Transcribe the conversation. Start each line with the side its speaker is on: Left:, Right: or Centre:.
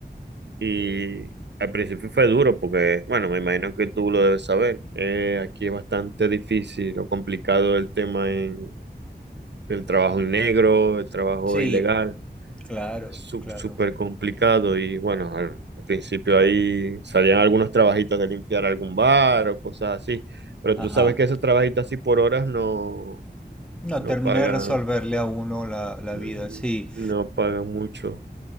Right: Y al principio fue duro porque, bueno, me imagino que tú lo debes saber. Eh, aquí es bastante difícil o complicado el tema en, del trabajo en negro, el trabajo
Centre: Sí,
Right: ilegal.
Centre: claro,
Right: Es sú-
Centre: claro.
Right: súper complicado y bueno, al principio ahí salían algunos trabajitos de limpiar algún bar o cosas así. Pero
Centre: Ajá.
Right: tú sabes que esos trabajitos así por horas no,
Centre: No,
Right: no
Centre: terminé
Right: pagan,
Centre: de resolverle a uno la, la
Right: mm,
Centre: vida. Sí,
Right: no pagan mucho.